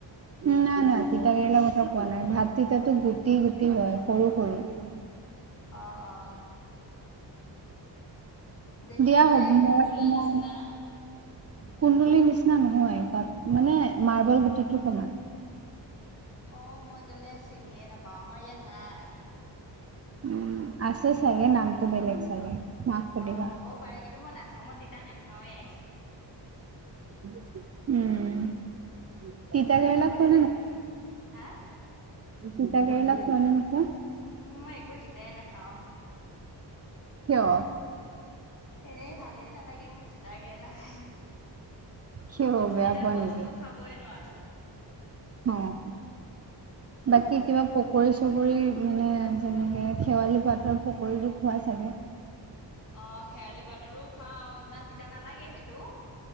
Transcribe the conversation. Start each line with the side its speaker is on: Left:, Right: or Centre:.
Right: না নাই নাই তিতা কেৰেলা কথা কোৱা নাই, ভাত তিতাতো গুটি গুটি হয় সৰু সৰু।
Left: অঁ অঁ। দেখিবলৈ
Right: দিয়া হ'ব
Left: এই
Right: মই
Left: কুন্দুলিৰ
Right: তোমাৰ
Left: নিচিনা।
Right: কুন্দুলিৰ নিচিনা নহয় তাত মানে মাৰ্বল গুটিটো সমান।
Left: অ মই তেলে চিনিয়ে নেপাওঁ, আমাৰ ইয়াত নাই।
Right: উম আছে চাগে নামটো বেলেগ চাগে। মাক সুধিবা
Left: অঁ হ'বও পাৰে কিন্তু মই নাখাওঁ মই তিতা নাখাওৱে।
Right: উম।
Left: তিতা
Right: কেৰেলা
Left: খাবলে
Right: খোৱা
Left: বেয়া লাগে, হা?
Right: তিতাকেৰেলা খোৱা নে নোখোৱা?
Left: উম মই একো তিতাই নেখাওঁ।
Right: কিয়?
Left: এনেই ভালে নালাগে মোক তিতাকেৰেলা খায়।
Right: কিয় বেয়া
Left: তিতা
Right: পোৱা
Left: বস্তু
Right: নেকি?
Left: খাবয় নোৱাৰো।
Right: অঁ।
Left: <inaudible>
Right: বাকী কিবা পকৰী চকৰি মানে যেনেকে শেৱালি পাতৰ পকৰীটো খোৱা চাগে?
Left: অঁ শেৱালি পাতৰো খাওঁ ইমান তিতা নালাগে সেইটো।